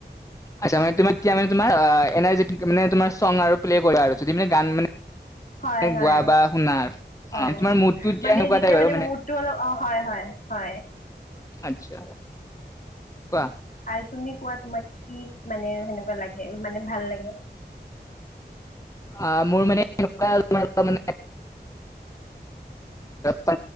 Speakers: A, on the left; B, on the left.
A: আচ্ছা মানে তোমাৰ এতিয়া মানে তোমাৰ এনাৰজেটিক মানে তোমাৰ চং আৰু প্লে কৰা আৰু যদি গান মানে
B: হয় হয়
A: গোৱা বা শুনা আৰু
B: হয়
A: অ তোমাৰ মুডটো এতিয়া
B: মানে
A: সেনেকুৱা
B: যেতিয়া
A: টাইপ
B: মানে
A: আৰু
B: মুডটো অলপ অ হয় হয় হয়।
A: আত্ছা কোৱা?
B: আৰু তুমি কোৱা তোমাক কি? মানে হেনেকুৱা লাগে মানে ভাল লাগে।। এয়া
A: আ মোৰ মানে এনেকুৱা তাৰ মানে।। পা